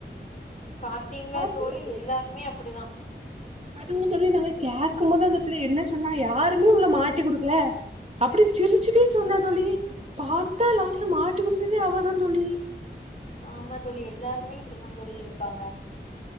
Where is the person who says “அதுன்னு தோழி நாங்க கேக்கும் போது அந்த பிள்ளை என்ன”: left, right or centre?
Right